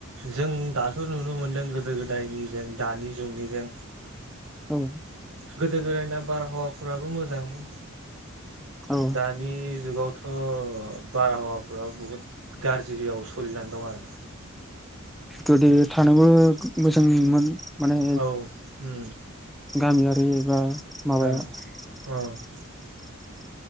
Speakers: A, on the right (about 75°); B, in the centre.
A: जों दाथ' नुनो मोनदों गोदो गोदायनि जों दानि जुगनि जों
B: औ
A: गोदो गोदायना बारहावाफोराबो मोजांमोन
B: औ
A: दानि जुगावथ' बारहावाफोरा बुहुद गाज्रियाव सोलिनानै दं आरो
B: गोदो थानांगौ मोजांमोन माने
A: औ उम
B: गामियारि एबा
A: अ
B: माबायाव <inaudible>